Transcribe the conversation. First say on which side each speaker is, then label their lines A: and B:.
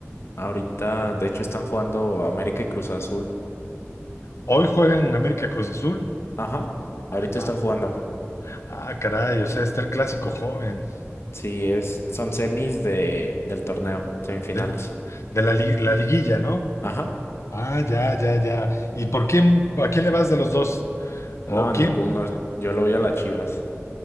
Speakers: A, on the left (about 60°); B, on the left (about 75°).
A: ahorita de hecho están jugando América y Cruz Azul.
B: Hoy juegan en América Cruz Azul.
A: Ajá, ahorita
B: Ah,
A: están jugando.
B: ah, caray, o sea, está el clásico joven
A: Sí, es, son semis de, del torneo, semifinales.
B: de, de la, li- la liguilla, ¿no?
A: Ajá,
B: Ah, ya, ya, ya. ¿Y por quién, a quién le vas de los dos? ¿O
A: no,
B: quién?
A: ninguno, yo lo voy a las Chivas.